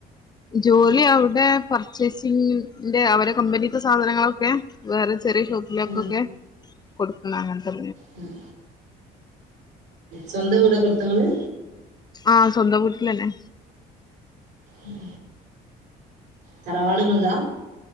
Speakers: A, on the left; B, on the right.
A: ജോലി അവിടെ പർച്ചേസിംഗിന്റെ അവരുടെ കമ്പനീത്തെ സാധനങ്ങളൊക്കെ വേറെ ചെറിയ ഷോപ്പിലേക്കൊക്കെ
B: ഉം
A: കൊടുക്കുന്ന അങ്ങനതെ
B: ഉം സ്വന്തം വീടൊക്കെടുത്തണോ നിങ്ങളെ
A: ആഹ് സ്വന്തം വീട്ടിലന്നെ
B: ഉം തറവാട് നിങ്ങൾതാ